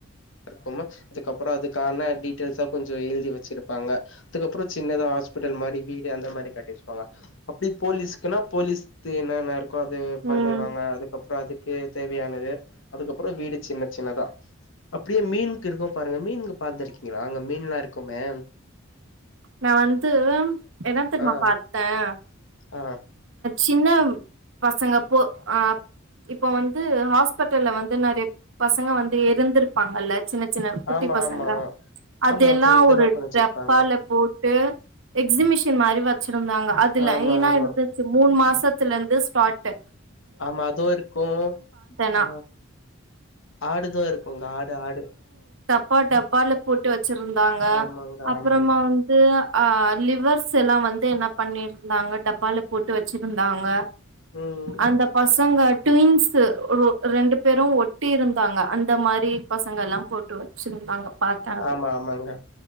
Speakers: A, on the left; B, on the right.
A: இருக்கு அதுக்கப்பற அதுக்கான டீடெய்ல்ஸா கொஞ்சோ எழுதி வச்சுருபாங்க அதுக்கப்பற சின்னதா ஹாஸ்பிட்டல் மாரி வீடு அந்த மாரி கட்டிருபாங்க அப்டி போலீஸ்குனா போலீஸ்து என்னன்ன கோ அது பண்ணிருவாங்க
B: ம்
A: அதுக்கப் அப்றோ அதுக்கு தேவையானது அதுக்கப்றோ வீடு சின்ன சின்னதா அப்டியே மீனுக் இருக்கும் பாருங்க மீனு பாத்துருக்கீங்களா அங்க மீன்லா இக்குமே
B: நா வந்து என்ன தெரிமா
A: ஆ
B: பாத்தேன்
A: ஆ
B: சின்ன பசங்க போ அ இப்போ வந்து ஹாஸ்பிட்டல வந்து நெறைய பசங்க வந்து இருந்திருப்பாங்கல்ல சின்ன சின்ன குட்டி
A: ஆமா
B: பசங்க
A: ஆமா
B: அதெல்லா
A: ஆமா அது இதெல்லா
B: ஒரு
A: பண்ணி வச்சிருப்பாங்க
B: டப்பால போட்டு எக்ஸிமிஷன் மாரி வச் இருந்தாங்க அது லைன்னா
A: ஆமா ஆமா
B: மூணு மாசத்துல இருந்து ஸ்பார்ட்
A: ஆமா அதுவு இருக்கு
B: நா
A: ஆ ஆடுதா இருக்குங்க ஆடு ஆடு
B: பா டப்பால போட்டு வச் ச்சிருந்தாங்க
A: ஆமாங்க
B: அப்றமா
A: ஆமாங்க
B: வந்து ஆ லிவர்ஸ் எல்லா வந்து என்ன பண்ணிருந்தாங்க டப்பால. போட்டு வச்சுருந்தாங்க
A: ம்
B: அந்த பசங்க ட்வின்ஸ்சு ஓ ரெண்டு பேரு ஒட்டி இருந்தாங்க அந்த மாரி பசங்க எல்லா போட்டு இருந்தாங்க பாத்தே அது
A: ஆமா ஆமாங்க